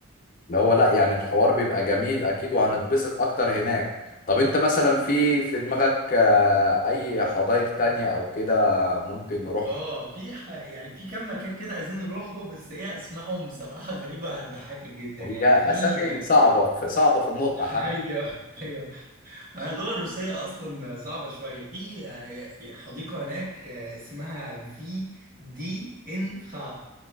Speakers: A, on the left; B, on the right.
A: اللي هو لا يعني الحوار بيبقى جميل اكيد وهنتبسط اكتر هناك طب انت مثلا في في دماغك آه، اي حدائق تانية او كده ممكن نروح
B: اه في ح... يعني في كم مكان كده عايزين نروحه بس ايه اسمائهم بصراحة غريبة هتضحكك جدا
A: هي
B: يعني في
A: اسامي صعبة في صعبة في النطق
B: ايوه ايوه آه، اللغه الروسيه اصلا صعبه شويه في آه، حديقه هناك آه، اسمها في دي ان خا